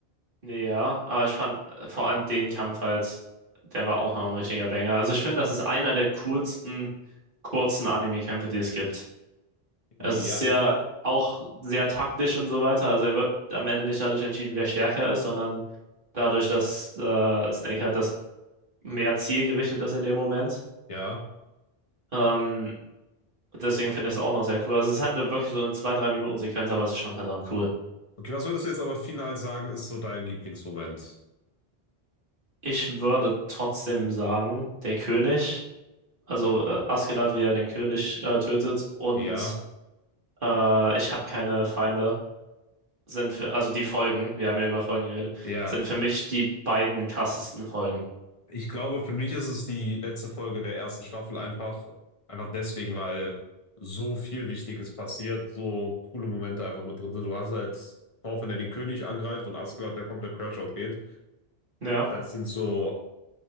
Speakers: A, on the right (about 55°); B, on the left (about 35°).
A: Nee, Ja, aber ich fand äh, vor allem den Kampf halt, der war auch noch ein richtiger Banger. Also ich finde, das ist einer der kurzen, kurzen Anime-Kämpfe, die es gibt. Es
B: Ja,
A: ist ja
B: ich meine,
A: auch sehr taktisch und so weiter. Also er wird am Ende nicht dadurch entschieden, wer stärker ist, sondern dadurch, dass äh, Snake halt das mehr zielgerichtet ist in dem Moment.
B: ja.
A: Ähm, deswegen finde ich es auch noch sehr cool. Also es ist halt eine, wirklich so eine zwei drei minuten sequenz aber es ist schon verdammt cool.
B: Okay, was würdest du jetzt aber final sagen, ist so dein Lieblingsmoment?
A: Ich würde trotzdem sagen, der König. also äh, Askeladd, wie er den König äh, tötet. Und
B: Ja,
A: äh, ich habe keine Feinde. Sind für, also die Folgen, wir haben ja über Folgen geredet,
B: ja.
A: sind für mich die beiden krassesten Folgen.
B: Ich glaube, für mich ist es die letzte Folge der ersten Staffel einfach, einfach deswegen, weil so viel Wichtiges passiert, so coole Momente einfach mit drin sind. Du hast halt Thorfinn, der den König angreift und Askeladd, der komplett Crashout geht.
A: Ja,
B: Das sind so